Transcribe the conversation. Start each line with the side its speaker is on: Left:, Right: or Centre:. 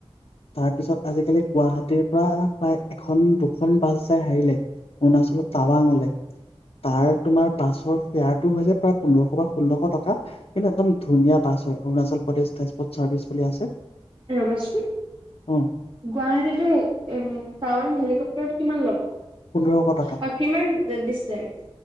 Left: তাৰ পিছত আজিকালি গুৱাহাটীৰ পৰা প্ৰায় এখন দুখন বাছ যাই হেৰিলে অৰুণাচলত টাৱাং অলে তাৰ তোমাৰ বাছৰ ফেয়াৰটো হৈছে। প্ৰায় পোন্ধৰশ বা ষোল্লশ টকা কিন্তু একদম ধুনীয়া বাছ হয় অৰুণাচল প্ৰদেশ ট্ৰান্চপৰ্ট চাৰ্ভিছ বুলি আছে।
Right: ৰ'বাচোন
Left: অ
Right: গুৱাহাটীতো টাৱান হেলিকপ কিমান ল'ব?
Left: পোন্ধৰশ
Right: অ',
Left: টকা
Right: কিমান ডিসটেন্ট?